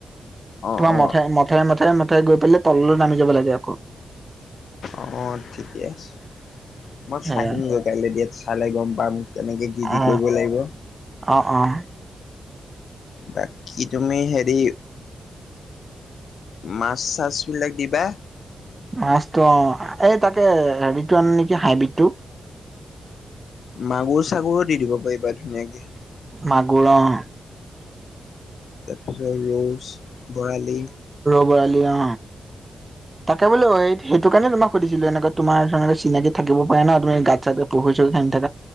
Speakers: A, on the left; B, on the right.
A: অ',
B: তোমাৰ
A: অ',
B: মথে মথে, মথেৰে মথেগৈ পেলাই তললৈ নামি যাব লাগে আকৌ।
A: অ' ঠিকে আছে। মই
B: সেয়া
A: চাই আহিম গৈ কাইলে দিয়াত চালে গম পাম মোক কেনেকে কি কি
B: অ
A: কৰিব লাগিব।
B: অ অ'।
A: বাকী তুমি হেৰি মাছ চাছবিলাক দিবা।
B: মাছতো অ'এই তাকে হেৰিটো আনি নেকি হাইবিটটো।
A: মাগুৰ চাগুৰো দি দিব পাৰিবা ধুনীয়াকে।
B: মাগুৰ অ'।
A: তাৰপিছত ৰছ, ভৰালি।
B: ভৰালি অ' তাকে বোলো এই সেইটো কাৰণে তোমাক সুধিছিলোঁ, এনেকুৱা তোমাৰ তেনেকুৱা চিনাকি থাকিব পাৰে ন' তুমি গাত চাত পুখুৰী চুখুৰি সান্ধি থাক